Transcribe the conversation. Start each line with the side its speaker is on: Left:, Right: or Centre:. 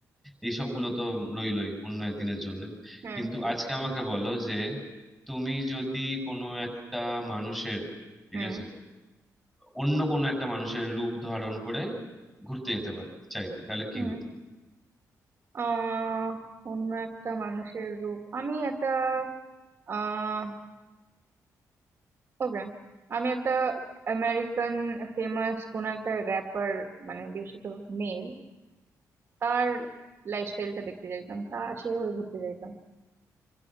Centre: এইসবগুলো তো রইলই অন্য একদিনের জন্য
Right: হুম
Centre: কিন্তু আজকে আমাকে বলো যে তুমি যদি কোনো একটা মানুষের ঠিক
Right: হুম
Centre: আছে অন্য কোনো একটা মানুষের রূপ ধারণ করে ঘুরতে যেতে পার চাইতে তাহলে কি
Right: হুম
Centre: হতো
Right: আহ অন্য একটা মানুষের রূপ আমি একটা আহ ওকে আমি একটা আমেরিকান ফেমাস কোন একটা র্যাপার মানে বিশেষত মেল তার লাইফস্টাইলটা দেখতে চাইতাম তা সে হয়ে ঘুরতে চাইতাম